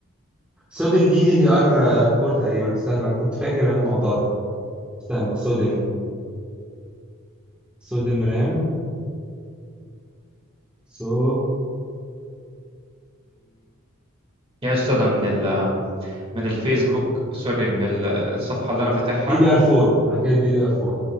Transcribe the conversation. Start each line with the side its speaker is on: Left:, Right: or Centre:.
Centre: صوديوم دي دي دي ار 4 تقريبا استنى أنا كنت فاكر انا الموضوع ده استنى صوديوم
Right: مم.
Centre: صوديوم رام صوديوم
Right: يا استاذ ده من ال من الفيسبوك سوري من ال- الصفحه اللي انا فاتحها
Centre: دي دي ار 4 انا كده دي دي ار 4